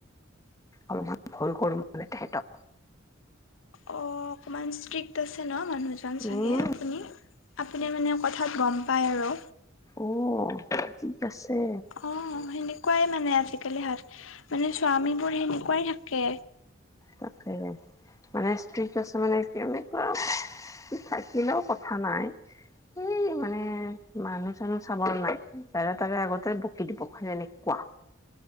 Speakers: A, on the left (about 15°); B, on the left (about 80°).
A: অলপমান ভুল কৰো মানে তাহতক
B: অঁ অকণমান ষ্ট্ৰি ক্ট আছে ন মানুহজন চাগে
A: উম
B: আপুনি? আপুনি মানে কথাত গম পায় আৰু।
A: অঁ ষ্ট্ৰিক্ট আছে।
B: অঁ সেনেকুৱাই মানে আজিকালি হা মানে স্বামীবোৰ সেনেকুৱাই থাকে।
A: তাকেহে মানে ষ্ট্ৰিক্ট আছে মানে কেনেকুৱা থাকিলেও কথা নাই, এই মানে মানুহ চানুহ চাবলৈ নাই যাৰে তাৰে আগতে বকি দিব সেনেকুৱা